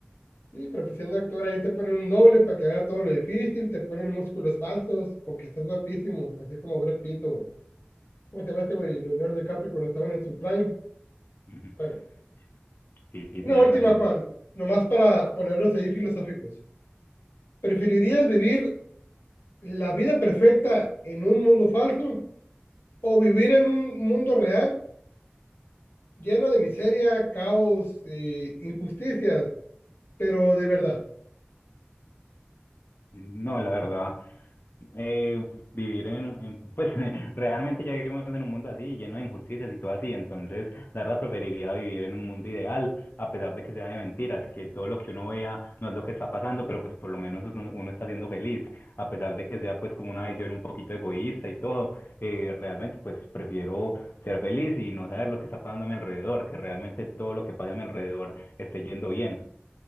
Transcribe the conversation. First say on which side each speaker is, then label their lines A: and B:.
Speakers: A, on the left; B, on the left.
A: Sí, pero pues siendo actor ahí te ponen un doble para que haga todo lo difícil, te ponen músculos falsos, porque estás guapísimo, así como Brad Pitt o, ¿cómo se llama este güey? Leonardo DiCaprio cuando estaban en su prime.
B: <laughs>
A: Bueno,
B: Sí, sí,
A: una
B: tienes
A: última,
B: razón.
A: Juan, nomás para ponerlos ahí filosóficos. ¿Preferirías vivir la vida perfecta en un mundo falso o vivir en un mundo real lleno de miseria, caos, eh, injusticias, pero de verdad.
B: No, la verdad, eh, vivir en, en- pues <laughs> realmente ya vivimos en un mundo así, lleno de injusticias y todo así, entonces la verdad preferiría vivir en un mundo ideal, a pesar de que sea de mentiras, que todo lo que uno vea no es lo que está pasando, pero pues por lo menos uno, uno está siendo feliz, a pesar de que sea pues como una visión un poquito egoísta y todo, eh, realmente pues prefiero ser feliz y no saber lo que está pasando a mi alrededor, que realmente todo lo que pasa a mi alrededor esté yendo bien.